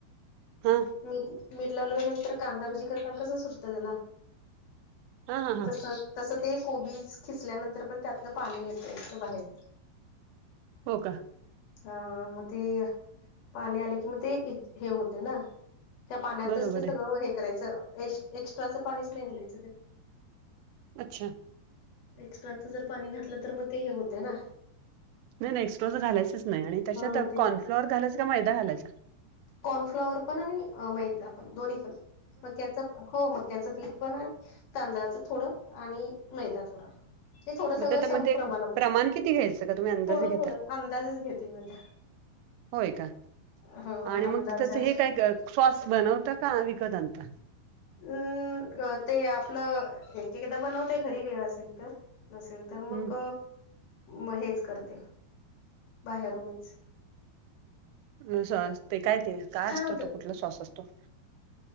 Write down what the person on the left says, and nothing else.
म मीठ लावलेल्या नंतर कांदाभजी करताना कसं सुटतं त्याला.
तस-तस ते कोबी खिचल्यानंतर पण त्यातन पाणी येते बाहेर.
हा मग ते पाणी आले की मग ते हे होते ना. त्या पाण्यातच
ते सगळं
हे करायचं एक्स्ट्राचं पाणीच नाही घालायचं त्यात.
एक्स्ट्राचं जर पाणी घातलं तर मग ते हे होतेय ना.
हा मग ते
कॉर्नफ्लॉवर पण आणि मैदा पण दोन्ही पण मक्याचं पण. हो मक्याचं पीठ पण आणि तांदळाचं थोडं आणि मैदा थोडा. हे थोडं सगळं
स
प्रमाणात
थोडं,
थोडं अंदाजेच घेते मी आता.
हो
अंदाज
अम्
हूं ते आपलं एक एकदा बनवते घरी वेळ असेल तर. नसेल तर मग
म हेच करते बाहेरूनच.
छान
होत